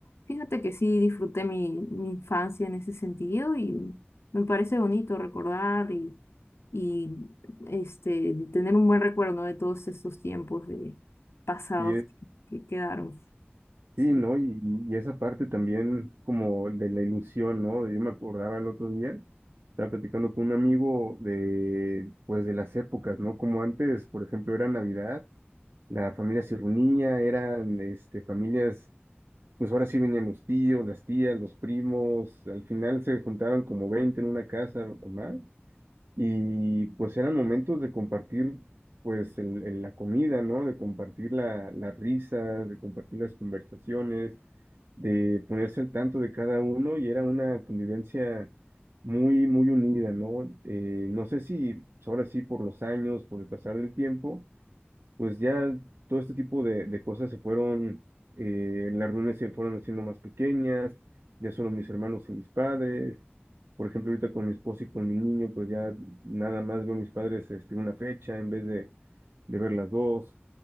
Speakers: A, on the left; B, on the right.
A: Fíjate que sí disfruté mi, mi infancia en ese sentido y me parece bonito recordar y, y este, tener un buen recuerdo, ¿no? de todos estos tiempos de pasados
B: y, es-
A: que quedaron. Sí.
B: sí, ¿no? Y, y esa parte también como de la ilusión, ¿no? Yo me acordaba el otro día, estaba platicando con un amigo de, pues de las épocas, ¿no? Como antes, por ejemplo, era Navidad, la familia se reunía, eran, este, familias, pues ahora sí venían los tíos, las tías, los primos, al final se juntaban como 20 en una casa o más. Y pues eran momentos de compartir pues el- el- la comida, ¿no? De compartir la, las risas, de compartir las conversaciones, de ponerse al tanto de cada uno y era una convivencia muy, muy unida, ¿no? Eh, no sé si ahora sí por los años, por el pasar del tiempo pues ya todo este tipo de, de cosas se fueron, eh, las reuniones se fueron haciendo más pequeñas, ya solo mis hermanos y mis padres. Por ejemplo, ahorita con mi esposo y con mi niño, pues ya nada más veo a mis padres este, una fecha en vez de, de ver las dos.